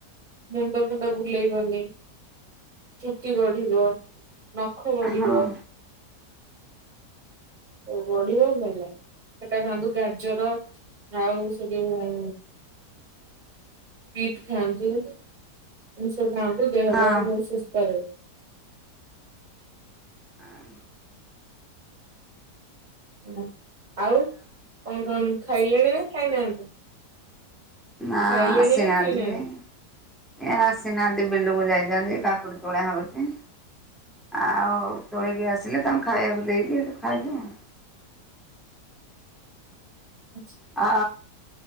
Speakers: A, on the right; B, in the centre.
A: ମୁଣ୍ଡ ଫୁଣ୍ଡ ବୁଲେଇବନି ଚୁଟି ବଢିବ। ନଖ ବଢିବ
B: ହଁ ହଁ।
A: ଓ ବଢିବ ଭଲ। ସେଟା ଖାଆନ୍ତୁ ଗାଜର ଆଉ ସେ ଯୋଉ ବିଟ୍ ଖାଆନ୍ତୁ ଏମତି ସବୁ ଖାଆନ୍ତୁ ଦେହ
B: ହଁ
A: ଫେହ ସବୁ ସୁସ୍ଥ ରହିବ।
B: ଆଁ।
A: ଏନା ଆଉ ପୁଣି କଣ ଖାଇଲେଣି ନା ଖାଇନାହାନ୍ତି?
B: ନା
A: ଖାଇଲେଣି
B: ଆସିନାହାନ୍ତି
A: ନା ଖାଇନାହାନ୍ତି?
B: କେହି। ଏ ଆସିନାହାନ୍ତି ବିଲକୁ ଯାଇଛନ୍ତି କାକୁଡ଼ି ତୋଳା ହଉଚି ଆଉ। ତୋଳିକି ଆସିଲେ ତାଙ୍କୁ ଖାଇବାକୁ ଦେଇକି ସେଠୁ ଖାଇବୁ ଆଉ।
A: ଆଚ୍ଛା।
B: ଆ